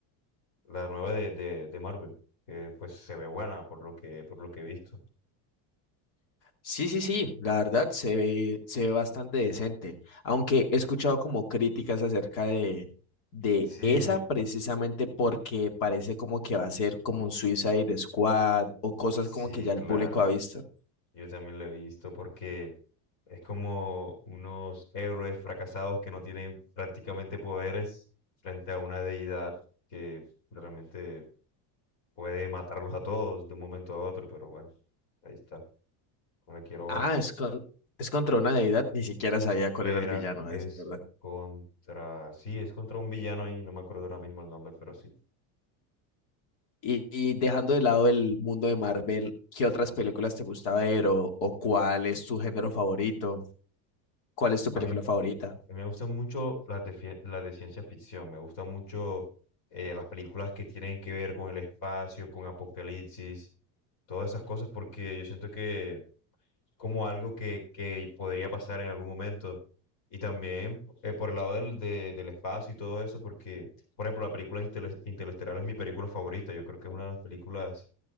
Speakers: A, on the left; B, on the left.
A: la nueva de, de, de Marvel, que pues se ve buena por lo que, por lo que he visto.
B: Sí, sí, sí, la verdad se ve, se ve bastante decente, aunque he escuchado como críticas acerca de, de
A: Sí,
B: esa
A: yo,
B: precisamente porque parece como que va a ser como un Suicide Squad o cosas
A: sí,
B: como que ya
A: claro,
B: el público ha visto.
A: yo también lo he visto porque es como unos héroes fracasados que no tienen prácticamente poderes frente a una deidad que realmente puede matarlos a todos de un momento a otro, pero bueno, ahí está, no la quiero
B: Ah,
A: ver.
B: es, con, es contra una deidad, ni siquiera sabía cuál
A: Era,
B: era el villano,
A: es
B: a decir verdad.
A: contra, sí, es contra un villano ahí, no me acuerdo ahora mismo el nombre, pero sí.
B: Y, y dejando de lado el mundo de Marvel, ¿qué otras películas te gusta ver o, o cuál es tu género favorito? ¿Cuál es tu
A: A
B: película
A: mí, a mí
B: favorita?
A: me gustan mucho las de, fie- las de ciencia ficción, me gustan mucho eh, las películas que tienen que ver con el espacio, con apocalipsis, todas esas cosas, porque yo siento que como algo que, que podría pasar en algún momento. Y también eh, por el lado del, de- del espacio y todo eso, porque, por ejemplo, la película Intele- Interestelar es mi película favorita, yo creo que es una de las películas